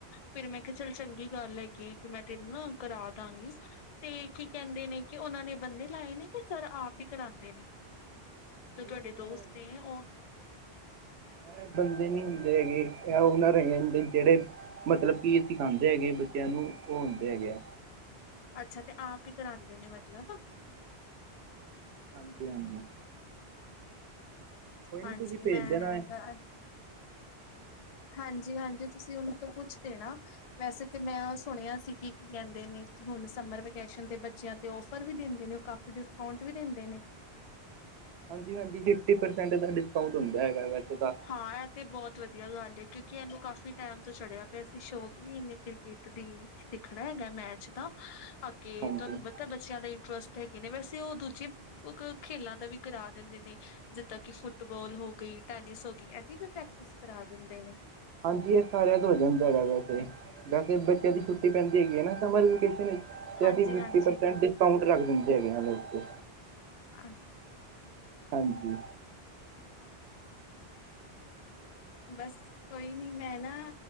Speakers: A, on the left; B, on the right.
A: ਫਿਰ ਮੈਂ ਕਿਹਾ ਚੱਲ ਚੰਗੀ ਗੱਲ ਹੈਗੀ ਮੈਂ ਤੈਨੂੰ ਨਾ ਕਰਾ ਦਾਂਗੀ ਤੇ ਕੀ ਕਹਿੰਦੇ ਨੇ ਕਿ ਉਹਨਾਂ ਨੇ ਬੰਦੇ ਲਏ ਨੇ ਕਿ ਸਰ ਆਪ ਹੀ ਕਰਾਉਂਦੇ ਨੇ ਜੋ
B: ਨਹੀਂ
A: ਤੁਹਾਡੇ
B: ਇਹ
A: ਦੋਸਤ ਨੇ ਉਹ
B: ਐ ਬੰਦੇ ਨੀ ਹੁੰਦੇ ਹੈਗੇ ਉਹਨਾਂ ਦੇ ਜਿਹੜੇ ਮਤਲਬ ਕਿ ਸਿਖਾਉਂਦੇ ਹੈਗੇ ਬੱਚਿਆਂ ਨੂੰ ਉਹ ਆਉਂਦੇ ਹੈਗੇ ਆ।
A: ਅੱਛਾ ਤੇ ਆਪ ਹੀ ਕਰਾਉਂਦੇ ਨੇ ਮਤਲਬ।
B: ਹਾਂਜੀ -ਹਾਂਜੀ। ਕੋਈ ਨਹੀਂ
A: ਹਾਂਜੀ
B: ਤੁਸੀਂ ਭੇਜ
A: ਮੈਂ
B: ਦੇਣਾ
A: ਹੈਗਾ
B: ਹੈ
A: ਹਾਂਜੀ -ਹਾਂਜੀ ਤੁਸੀਂ ਉਹਨੂੰ ਤੋਂ ਪੁੱਛਦੇਣਾ ਵੈਸੇ ਤੇ ਮੈਂ ਸੁਣਿਆ ਸੀ ਕਿ ਕੀ ਕਹਿੰਦੇ ਨੇ ਕਿ ਹੁਣ ਸਮਰ ਵੇਕੇਸ਼ਨ ਤੇ ਬੱਚਿਆਂ ਤੇ ਓਫਰ ਵੀ ਦਿੰਦੇ ਨੇ। ਕਾਫੀ ਡਿਸਕਾਊਂਟ ਵੀ ਦਿੰਦੇ ਨੇ।
B: ਹਾਂਜੀ -ਹਾਂਜੀ ਫਿਫਟੀ ਪਰਸੈਂਟ ਦਾ ਡਿਸਕਾਊਂਟ ਹੁੰਦਾ ਹੈਗਾ ਵੈੇ ਤਾਂ।
A: ਹਾਂ ਇਹ ਤੇ ਬਹੁਤ ਵਧੀਆ ਗੱਲ ਹੈ ਕਿਉਂਕਿ ਇਹਨੂੰ ਕਾਫ਼ੀ ਟਾਈਮ ਤੋਂ ਚੜਿਆ ਪਿਆ ਅਸੀਂ ਸ਼ੌਂਕ ਹੀ ਇਨੇ ਕ੍ਰਿਕਟ ਦੀ ਸਿੱਖਣਾ ਹੈਗਾ ਮੈਥਚ ਦਾ ਅੱਗੇ
B: ਹਾਂਜੀ
A: ਤੁਹਾਨੂੰ ਪਤਾ ਬੱਚਿਆਂ ਦਾ ਟਰਸਟ ਹੈਗੇ ਨੇ ਵੈਸੇ ਉਹ ਦੂਜੀ ਉਹ ਖੇਲਾਂ ਦਾ ਵੀ ਕਰਾ ਦਿੰਦੇ ਨੇ ਜਿੱਦਾਂ ਕਿ ਫੁੱਟਬਾਲ ਹੋ ਗਈ ਟੈਨਿਸ ਹੋ ਗਈ ਇਹਦੀ ਵੀ ਪ੍ਰੈਕਟਿਸ ਕਰਾ ਦਿੰਦੇ ਨੇ।
B: ਹਾਂਜੀ ਇਹ ਸਾਰਿਆਂ ਦਾ ਹੋ ਜਾਂਦਾ ਹੈਗਾ ਵੈਸੇ ਵੈਸੇ ਬੱਚਿਆਂ ਦੀ ਛੁੱਟੀ ਪੈਂਦੀ ਹੈਗੀ ਹੈ ਨਾ ਸਮਰ ਵੇਕੇਸ਼ਨ ਵਿੱਚ ਤੇ
A: ਹਾਂਜੀ-ਹਾਂਜੀ।
B: ਅਸੀਂ ਫਿਫਟੀ ਪਰਸੈਂਟ ਡਿਸਕਾਊਂਟ ਰੱਖ ਦਿੰਦੇ ਹੈਗੇ ਉੱਤੇ
A: <inaudible>
B: ਹਾਂਜੀ।
A: ਬਸ। ਕੋਈ ਨੀ ਮੈਂ ਨਾ